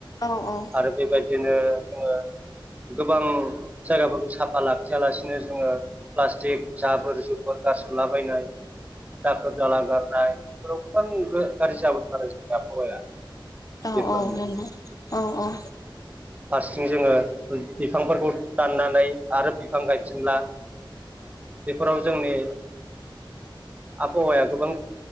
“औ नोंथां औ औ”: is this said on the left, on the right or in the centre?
Left